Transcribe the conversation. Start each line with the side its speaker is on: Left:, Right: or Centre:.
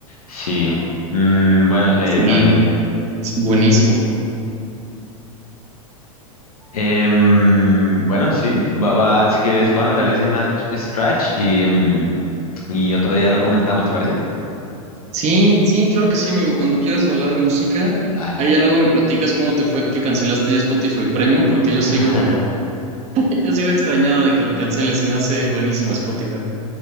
Left: Sí. Mm, bueno, eh,
Right: Sí,
Left: también.
Right: sí, buenísimo.
Left: Em, bueno, sí. Va, va, si quieres, va a anotar ese Natch Scratch y, mm, y otro día lo comentamos, ¿te parece?
Right: Sí, sí, claro que sí, amigo. Cuando quieras hablar de música,
Left: Dale.
Right: ahí ya luego me platicas cómo te fue que cancelaste ya Spotify Premium, porque yo
Left: <laughs>
Right: sigo, <laughs> yo sigo extrañado de que lo canceles. Se me hace buenísimo Spotify.